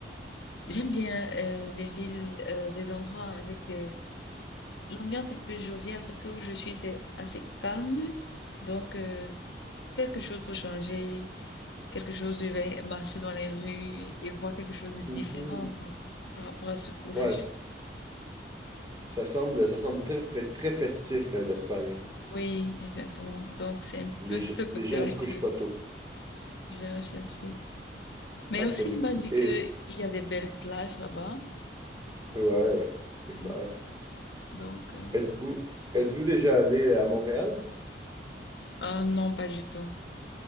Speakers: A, on the left; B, on the right.
A: J'aime bien euh, les villes, euh, des endroits avec des... L'ambiance un peu joviale parce que où je suis, c'est assez calme. Donc, euh, quelque chose pour changer, quelque chose, je vais marcher dans les rues et voir quelque chose de différent,
B: Mhm.
A: quoi, par rapport à ce où
B: Ouais,
A: je suis.
B: c- ça semble, ça semble très, fe- très festif, euh, l'Espagne.
A: Oui, exactement. Donc, c'est un
B: Les,
A: peu
B: ge-
A: ce côté-là
B: les gens, ils se
A: que
B: couchent pas tôt.
A: je vais rechercher. Mais
B: Ah,
A: aussi,
B: très bien.
A: il m'a dit
B: Et
A: que il y a des belles plages là-bas.
B: ouais, c'est
A: Oui.
B: clair.
A: Donc, euh,
B: Êtes-vous êtes-vous déjà allé à Montréal?
A: ah non, pas du tout.